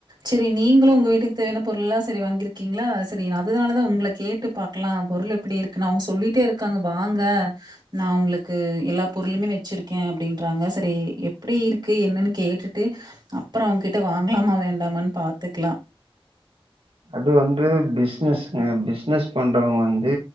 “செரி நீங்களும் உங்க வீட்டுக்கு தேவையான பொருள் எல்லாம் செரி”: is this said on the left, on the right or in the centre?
Right